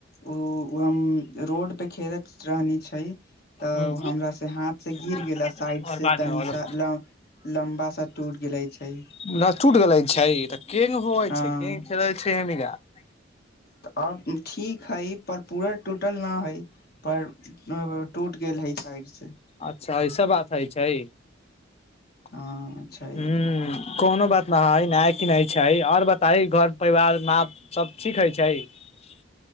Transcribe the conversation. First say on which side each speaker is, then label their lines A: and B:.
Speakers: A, on the left; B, on the left.
A: ओ। हम <unintelligible> रोड पे खेलैत रहनी छै तऽ
B: ह
A: हमरा से हाथ से गिर
B: आओर
A: गेला साइड से
B: बाद
A: तनी
B: मे
A: सा -लम्बा सा टूट गेले छै।
B: लहसुट
A: <unintelligible>
B: गलै छै तऽ केंग होइ
A: हँ
B: छै केंग खेलै छै हमगा। <unintelligible>
A: तऽ आ ठीक। <unintelligible> हई पर पूरा टूटल न हई पर टूट गेल हई साइड से।
B: अच्छा ईऐस बात। इ छै। <unintelligible> <unintelligible>
A: हँ छै
B: हं कोनो बात। न- न किनै छै आओर बताय घर परिवार माप सब ठीक हइ छै। <unintelligible>